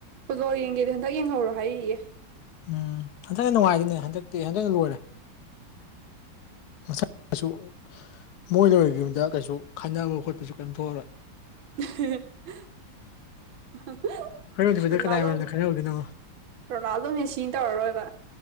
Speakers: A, on the right; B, on the left.
A: ꯐꯨꯠꯕꯣꯜ ꯌꯦꯡꯒꯦꯗꯤ ꯍꯟꯗꯛ ꯌꯦꯡꯍꯧꯔꯣ ꯍꯥꯏꯔꯤꯌꯦ
B: ꯎꯝ ꯍꯟꯗꯛꯅ ꯅꯨꯡꯉꯥꯏꯗꯤꯅꯦ ꯍꯟꯗꯛꯇꯤ ꯍꯟꯗꯛꯅ ꯂꯣꯏꯔꯦ ꯃꯁꯥ ꯁꯨ ꯃꯣꯏ ꯂꯣꯏꯒꯤꯕꯗ ꯀꯩꯁꯨ ꯈꯥꯠꯅꯕ ꯈꯣꯠꯄꯁꯨ ꯀꯩꯝ ꯊꯣꯛꯑꯔꯣꯏ
A: <unintelligible>
B: ꯍꯣꯔꯦꯟ ꯅꯨꯃꯤꯠꯇ
A: ꯔꯣꯅꯜꯗꯣ
B: ꯀꯅꯥꯏ ꯃꯔꯝꯗ ꯈꯟꯅꯔꯨꯗꯣꯏꯅꯣ
A: ꯔꯣꯅꯥꯜꯗꯣ ꯃꯦꯁꯤꯅ ꯇꯧꯔꯔꯣꯏꯕ